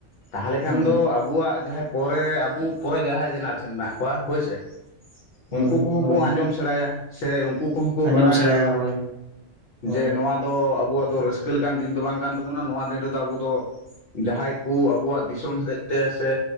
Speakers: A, on the left; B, on the right.
A: ᱛᱟᱦᱚᱞᱮ ᱠᱷᱟᱱ
B: ᱦᱳᱭ
A: ᱫᱚ ᱟᱵᱚ ᱟᱵᱚᱣᱟᱜ ᱡᱟᱦᱟᱸᱭ ᱯᱚᱨᱮ ᱟᱵᱩ ᱯᱚᱨᱮ ᱡᱟᱦᱟᱸᱭ ᱡᱮᱱᱟᱨᱮᱥᱚᱱ ᱢᱮᱱᱟᱜ ᱠᱚᱣᱟ ᱦᱳᱭᱥᱮ ᱩᱱᱠᱩ
B: ᱦᱳᱭ
A: ᱠᱚᱦᱚᱸ
B: ᱦᱳᱭ
A: ᱠᱚ ᱟᱸᱡᱚᱢ ᱥᱮᱸᱬᱟᱭᱟ ᱥᱮ ᱩᱱᱠᱩ ᱠᱚᱦᱚᱸ ᱠᱚ
B: ᱟᱸᱡᱚᱢ
A: ᱵᱟᱰᱟᱭ
B: ᱥᱮᱬᱟᱭᱟ
A: ᱧᱟᱢᱟ
B: ᱦᱳᱭ ᱦᱳᱭ
A: ᱡᱮ ᱱᱚᱣᱟ ᱫᱚ ᱟᱵᱚᱣᱟᱜ ᱫᱚ ᱨᱟᱹᱥᱠᱟᱹ ᱞᱮᱠᱟᱱ ᱫᱤᱱ ᱫᱚ ᱵᱟᱝ ᱠᱟᱱ ᱛᱟᱵᱚᱱᱟ ᱱᱚᱣᱟ ᱫᱤᱱ ᱨᱮᱫᱚ ᱟᱵᱚ ᱫᱚ ᱡᱟᱦᱟᱸᱭ ᱠᱩ ᱟᱵᱚᱣᱟᱜ ᱫᱤᱥᱚᱢ ᱦᱮᱡ ᱛᱮ ᱥᱮ